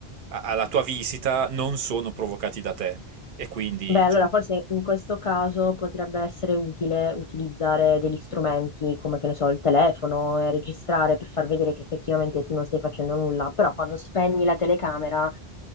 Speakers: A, on the right; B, on the left.
A: alla tua visita non sono provocati da te. E quindi,
B: Beh,
A: diciamo,
B: allora forse in questo caso potrebbe essere utile utilizzare degli strumenti come, che ne so, il telefono e registrare per far vedere che effettivamente tu non stai facendo nulla, però quando spegni la telecamera,